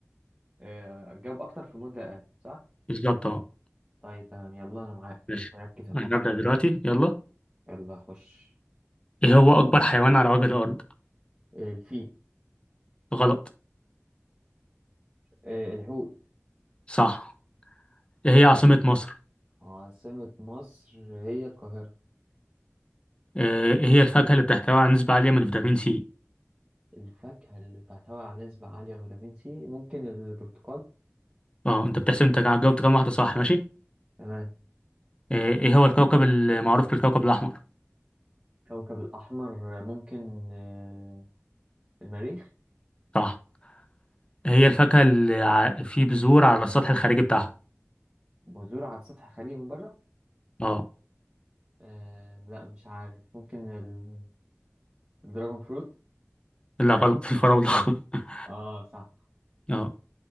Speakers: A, on the right; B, on the left.
A: آه، جاوب اكتر في مدة اقل صح
B: بالظبط أه
A: طيب تمام يلا انا معاك
B: ماشي
A: مركز اهو
B: أنا هبدأ دلوقتي يلا
A: يلا خش
B: إيه هو أكبر حيوان على وجه الأرض؟
A: الفيل
B: غلط
A: آه، الحوت
B: صح إيه هي عاصمة مصر؟
A: عاصمة مصر هي القاهرة
B: آه، إيه هي الفاكهة اللي بتحتوي على نسبة عالية من فيتامين سي؟
A: الفاكهة اللي بتحتوي على نسبة عالية من فيتامين سي ممكن البرتقال
B: أه أنت بتحسب أنت جاوبت كام واحدة صح ماشي؟
A: تمام
B: آه، ايه هو الكوكب المعروف بالكوكب الاحمر
A: كوكب الأحمر آه، ممكن آه، المريخ
B: صح هي الفاكهة اللي ع- في بذور على السطح الخارجي بتاعها
A: بذور على سطح خالي من بره
B: اه
A: آه لا مش عارف ممكن ال- الدراجون فروت
B: لا غلط الفراولة <laughs>
A: اه صح
B: اه